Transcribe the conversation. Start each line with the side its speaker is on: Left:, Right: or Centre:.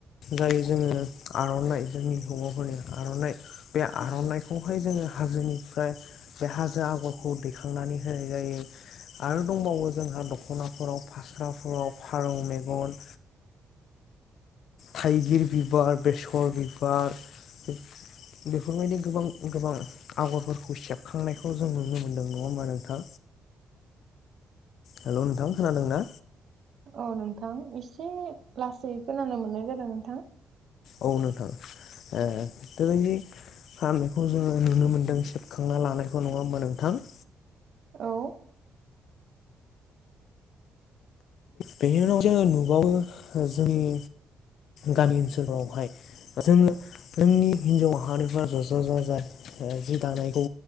Left: जाय जोङो आर'नाइ जोंनि हौवाफोरनि आर'नाइ बे आर'नाइखौहाय जोङो हाजोनिफ्राय बे हाजो आगरखौ दैखांनानै होनाय जायो। आरो दंबावो जोंहा दख'नाफोराव फास्राफोराव फारौ मेगन थाइगिर बिबार बेसर बि- बार बे बेफोरबायदि गोबां गोबां आगरफोरखौ सेबखांनायखौ जों नुनो मोन्दों नङा होमबा नोंथां हेलौ नोंथां खोनादों ना
Right: औ नोंथां एसे लासै खोनानो मोननाय जादों नोंथां
Left: औ नोंथां ए दोनै फामेखौ जोङो नुनो मोन्दों सेबखांना लानायखौ नङा होमबा नोंथां
Right: औ
Left: बेनि उनाव जोङो नुबावो जोंनि गामि ओनसोलावहाय जोङो जोंनि हिन्जाव हारिफ्रा ज' ज' जा जाइ जि दानायखौ